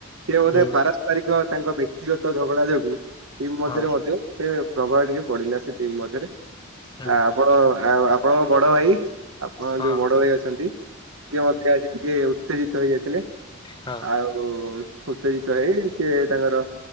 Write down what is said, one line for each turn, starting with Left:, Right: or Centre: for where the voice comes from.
Right: ସେ ବୋଧେ
Left: ହୁଁ
Right: ପାରସ୍ପରିକ ତାଙ୍କ ବ୍ୟକ୍ତିଗତ ଝଗଡା ଯୋଗୁ ଟିମ୍ ମଧ୍ୟରେ
Left: ହଁ
Right: ମଧ୍ୟ ସେ ପ୍ରଭାବ ଟିକେ ପଡିଲା ସେ ଟିମ୍ ମଧ୍ୟରେ
Left: ହୁଁ
Right: ଆ ଆପଣ ଆଉ ଆ ହଁ ବଡ଼ ଭାଇ ଆପଣଙ୍କ
Left: ହଁ
Right: ଯୋଉ ବଡ଼ ଭାଇ ଅଛନ୍ତି ସିଏ ମଧ୍ୟ ଆଜି ଟିକେ ଉ ଉତ୍ତେଜିତ ହେଇଯାଇଥିଲେ
Left: ହଁ ହଁ
Right: ଆଉ ଯୋ ଉତ୍ତେଜିତ ହେଇ ସିଏ ତାଙ୍କର